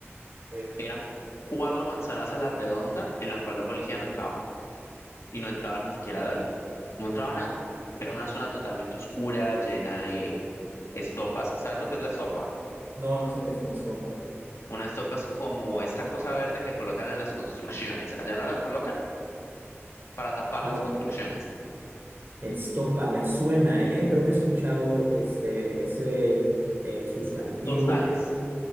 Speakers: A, on the right; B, on the left.
A: Eh,
B: Eran cuatro manzanas a la redonda en la cual la policía no entraba. y no entraba ni siquiera la luz, no entraba nada. Era una zona totalmente oscura, llena de estopas. ¿Sabes lo que es la estopa?
A: No, no sé qué es una estopa.
B: Una estopa es como esta cosa verde que colocan en las construcciones. Allá no la colocan para tapar
A: A
B: las
A: lo,
B: construcciones.
A: Estopa, me suena, ¿eh? Creo que he escuchado este, ese eh, sustantivo.
B: Costales.